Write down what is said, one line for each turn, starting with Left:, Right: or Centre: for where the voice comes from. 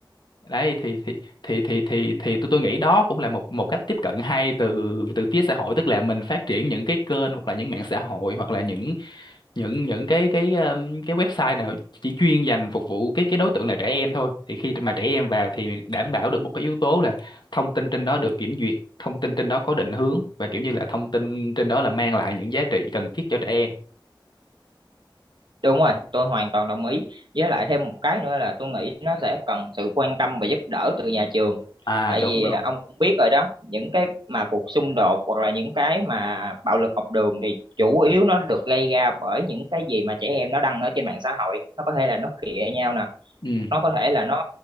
Left: đấy thì thì thì thì thì thì tôi tôi nghĩ đó cũng là một một cách tiếp cận hay từ từ phía xã hội tức là mình phát triển những cái kênh hoặc là những mạng xã hội hoặc là những những những cái cái um, cái website nào chỉ chuyên dành phục vụ cái cái đối tượng là trẻ em thôi thì khi mà trẻ em vào thì đảm bảo được một cái yếu tố là thông tin trên đó được kiểm duyệt thông tin trên đó có định hướng và kiểu như là thông tin trên đó là mang lại những giá trị cần thiết cho trẻ em
Right: Đúng rồi, tôi hoàn toàn đồng ý. Với lại thêm một cái nữa là tôi nghĩ nó sẽ cần sự quan tâm và giúp đỡ từ nhà trường.
Left: à
Right: Tại
Left: đúng
Right: vì
Left: luôn
Right: à, ông cũng biết rồi đó, những cái mà cuộc xung đột hoặc là những cái mà bạo lực học đường thì chủ yếu nó được gây ra bởi những cái gì mà trẻ em nó đăng ở trên mạng xã hội. Nó có thể là nó khịa nhau nè,
Left: ừ
Right: nó có thể là nó